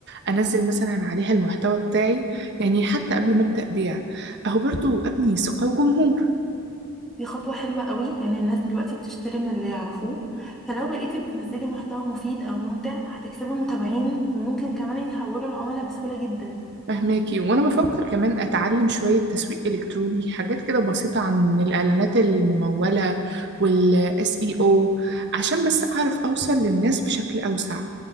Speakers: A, on the right; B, in the centre.
A: انزل مثلا عليها المحتوى بتاعي يعني حتى قبل ما ابدا بيع اهو برضو ابني ثقه وجمهور
B: دي خطوة حلوة قوي يعني الناس دلوقتي بتشتري من اللي يعرفوه فلو بقيتي بتنزلي محتوى مفيد أو ممتع هتكسبي متابعين وممكن كمان يتحولوا لعملاء بسهولة جدا
A: فهماكي وانا بفكر كمان اتعلم شوية تسويق الكتروني حاجات كده بسيطة عن الاعلانات الممولة والاس اي او عشان بس اعرف اوصل للناس بشكل اوسع